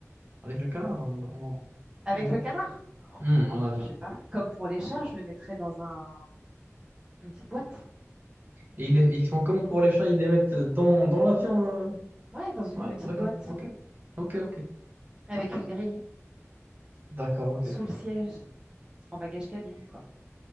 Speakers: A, on the right; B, on the right.
A: avec le canard euh, en,
B: Avec
A: en,
B: le canard,
A: Hmm, en avion.
B: je sais pas. Comme pour les chats, je le mettrais dans un, une petite boîte.
A: Et ils, les- ils font comment pour les chats? Ils les mettent dans, dans l'avion euh
B: Ouais, dans une
A: Ouais,
B: petite
A: d'accord,
B: boîte.
A: ok. Ok, ok.
B: avec une grille
A: D'accord, ok.
B: sous le siège, en bagage cabine, quoi.